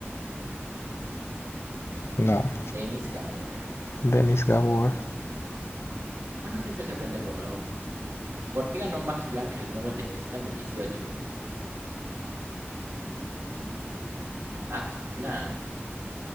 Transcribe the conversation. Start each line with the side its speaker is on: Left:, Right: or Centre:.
Left: No,
Right: Denis Gabor.
Left: Denis Gabor.
Right: Bueno, siempre se aprende algo nuevo. ¿Por qué ganó Max Planck el Nobel de Física en el 18? Mm, Max Planck.